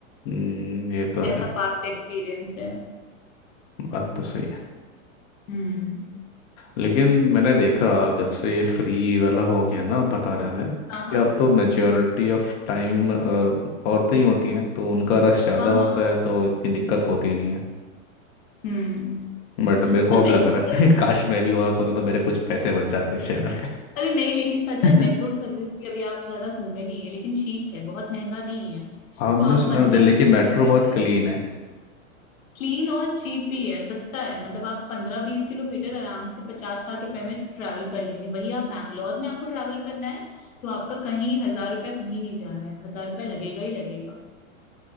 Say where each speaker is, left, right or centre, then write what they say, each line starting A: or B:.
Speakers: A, on the left; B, on the left.
A: हम्म, ये तो
B: जैसा
A: है
B: पास्ट एक्सपीरियंस है
A: बात तो सही है
B: हम्म
A: लेकिन मैंने देखा अब जब से ये फ्री वाला हो गया ना बता रहे थे
B: हाँ हाँ
A: कि अब तो मेजोरिटी ऑफ टाइम औरतें ही होती हैं तो उनका रश ज़्यादा
B: हाँ
A: होता
B: हाँ
A: है तो इतनी दिक्कत होती नहीं है
B: हम्म
A: बट मेरे को
B: और
A: अब
B: मेट्रो
A: लग रहा
B: सर्विस
A: है <laughs> काश मैं भी औरत होता तो मेरे कुछ पैसे बच जाते शहर
B: अरे नहीं लेकिन पता
A: हाँ
B: है मेट्रो सर्विस भी अभी आप ज्यादा घूमे नहीं है लेकिन चीप है बहुत महंगा नहीं है
A: मैंने
B: तो आप
A: सुना
B: पंद्रह
A: है दिल्ली
B: बीस
A: की मेट्रो
B: किलोमीटर
A: बहुत क्लीन है
B: क्लीन और चीप भी है सस्ता है मतलब आप पंद्रह बीस किलोमीटर आराम से पचास साठ रुपए में ट्रैवल कर लेंगे वही आप बैंगलोर में आपको ट्रैवल करना है तो आपका कहीं हजार रुपया कहीं नहीं जा रहा है हजार रुपया लगेगा ही लगेगा